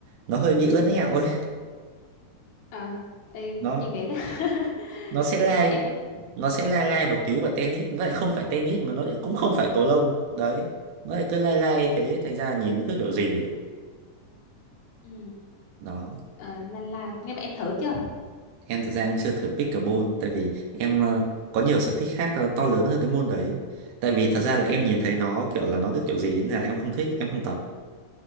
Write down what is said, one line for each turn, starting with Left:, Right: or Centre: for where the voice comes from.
Right: nó hơi bị ướn ẹo ấy.
Left: à, ê,
Right: Nó
Left: chị nghĩ là <laughs>
Right: nó sẽ
Left: nhưng
Right: lai
Left: mà em có
Right: nó sẽ lai lai một tí vào tennis vậy không phải tennis mà nó lại cũng không phải cầu lông đấy nó lại cứ lai lai thế thành ra là nhìn nó cứ kiểu gì ấy.
Left: ừ.
Right: đó
Left: Ờ, la la nhưng mà em thử chưa
Right: em thật ra em chưa thử pickleball tại vì em ờ, có nhiều sở thích khác ờ, to lớn hơn cái môn đấy tại vì thật ra là
Left: Ừ.
Right: em nhìn thấy nó kiểu là nó cứ kiểu gì ấy, nên là em không thích em không tập